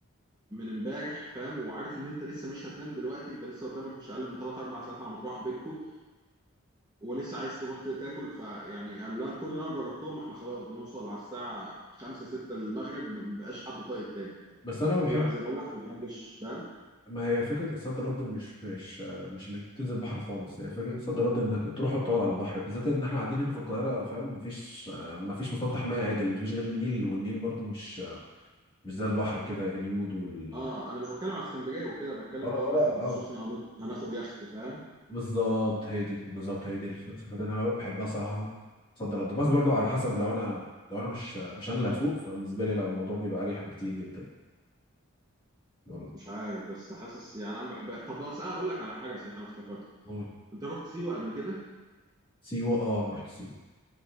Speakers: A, on the right; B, on the left.
A: من امبارح فاهم وعارف ان انت لسه مش هتنام دلوقتي انت لسه قدامك مش اقل من 3 4 ساعات على ما تروح بيتكو ولسه عايز تروح تاكل فيعني قال لا كل اللي انا جربتهم احنا خلاص بنوصل على الساعه 5 6 المغرب ما بيبقاش حد طايق تاني خلاص
B: بس انا ما بحب
A: كله عايز يروح محدش فاهم
B: ما هي فكره الصد رد مش مش مش انك تنزل بحر خالص هي فكره الصد رد انك تروح تقعد على البحر بالذات ان احنا قاعدين هنا في القاهره فاهم مفيش مفيش مسطح ميه عدل مفيش غير النيل والنيل برضو مش مش زي البحر كده اليود وال
A: اه انا مش بتكلم على اسكندريه وكده بتكلم
B: اه
A: اللي هو
B: آه،
A: مثلا
B: لا
A: السخنه
B: اه
A: هن- هناخد يخت فاهم
B: بالظبط هي دي بالظبط هي دي الصفات اللي انا بحبها صراحه في صد رد بس برضو على حسب لو انا لو انا مش مش انا اللي هسوق فبالنسبه لي لا الموضوع بيبقى اريح بكتير جدا برضو
A: مش عارف بس حاسس يعني انا بحبها طب بس أنا اقول لك على حاجه صحيح انا افتكرت
B: قول.
A: انت رحت سيوه قبل كده
B: سيوه اه رحت سيوه